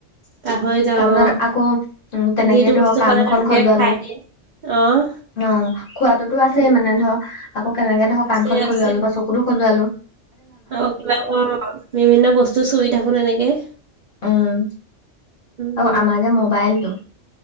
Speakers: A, on the right; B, on the left.
A: পাহৰি যাওঁ
B: তাৰপিছত
A: অ',
B: আকৌ উ তেনেকেই
A: যিটো
B: ধৰক
A: বস্তু
B: কাণখন
A: পালে তেনেকে
B: খজোৱালো।
A: খাই দিয়ে অ'।
B: অ' খোৱাতোটো আছেই
A: উম,
B: মানে ধৰ আকৌ কেনেকে ধৰক
A: আছে
B: পাণখন
A: আছে
B: খূজুৱালো বা চকু সৰু সজুৱালোঁ।
A: আৰু কিবা বিভিন্ন বস্তু চুই থাকোঁ এনেকে।
B: উম। আৰু
A: উম,
B: আমাৰ যে মোবাইলটো